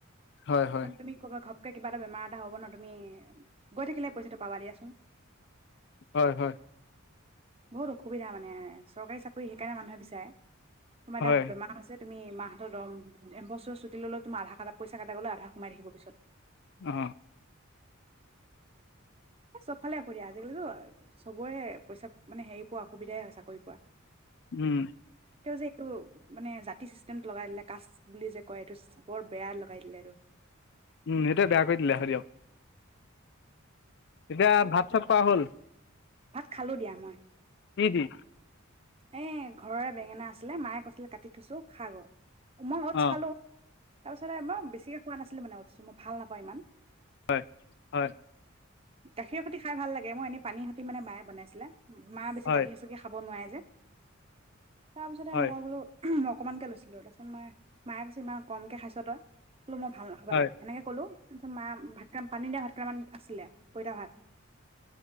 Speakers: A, on the left (about 55°); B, on the right (about 30°).
A: হয় হয়
B: মানে তুমি ক'বা ঘ ঘপকে কিবা এটা বেমাৰ এটা হ'ব ন তুমি গৈ থাকিলেহে পইচাটো পাবা দিয়াচোন হোম
A: হয়, হয়।
B: বহুত অসুবিধা মানে চৰকাৰী চাকৰি সেইকাৰণে মানুহে বিচাৰে তোমাৰ
A: হয়
B: এতিয়া বেমাৰ হৈছে তুমি মাহ ত দৰম এবছৰ ছুটি ল'লেও তোমাৰ আধা কা পইচা কাটা গ'লেও আধা সোমাই থাকিব পিছত
A: অ
B: এ চব ফালে অসুবিধা আজিকালিটো চবৰে পইচা মানে হেৰি পোৱা অসুবিধাই হয় চাকৰি পোৱা
A: উম
B: ত যে এইটো মানে জাতি চিষ্টেমটো লগাই দিলে কাচ বুলি যে কয় এইটো বৰ বেয়া লগাই দিলে আৰু
A: উম এইটোৱে বেয়া কৰি দিলে হয় দিয়ক এতিয়া ভাত চাত খোৱা হ'ল
B: ভাত খালো দিয়া মই
A: কি দি
B: এ ঘৰৰে বেঙেনা আছিলে মায়ে কৈছিলে কাটি থৈছো খাগৈ উম নোটছ
A: অ'
B: খালো তাৰপিছত মই বেছিকে খোৱা নাছিলো মানে উঠছ ম ভাল নাপাওঁ ইমান
A: হয় হয়
B: গাখীৰ সৈতি খাই ভাল লাগে মই এনে পানী সৈতি মানে বায়ে বনাইছিলে মা বেছি
A: হয়
B: গাখীৰ চাকি খাব নোৱাৰে যে তাৰ পিছতে
A: হয়
B: মই বোলো উমহ অকমানকে লৈছিলো তাৰপছত মই মায়ে কৈছো ইমান কমকে খাইছ তই কলো মই ভাল নাখাবা
A: হয়
B: দে
A: হয়
B: এনেকে কলো তাৰপিছত মা ভাতক পানী দিয়া ভাত কেইটামান আছিলে পইতা ভাত